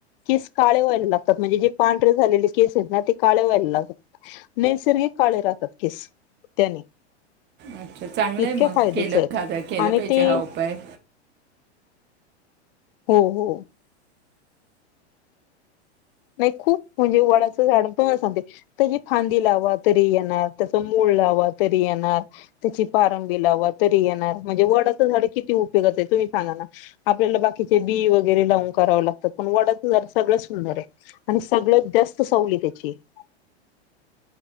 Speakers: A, on the left; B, on the right.
A: केस काळे व्हायला लागतात म्हणजे जे पांढरे झालेले. केस आहेत ना ते काळे व्हायला लागत नैसर्गिक काळे राहतात केस त्याने
B: अच्छा चांगलंय
A: इतके
B: मग
A: फायद्याचे
B: केलं
A: आहेत
B: केलं
A: आणि
B: पाहिजे
A: ते
B: हा उपाय
A: हो हो. नाही खूप म्हणजे वडाच झाड पण सांगते त फांदी लावा तरी येणार तसं मुळ. लावा तरी येणार त्याची पारंबी लावा तरी येणार म्हणजे वडाच झाड किती उपयोगी तुम्ही सांगा ना आपल्याला बाकीचे बी वगैरे लावून कराव लागतात पण वडात झाड सगळ्यात सुंदर आहे. आणि सगळ्यात जास्त सावली त्याची आहे.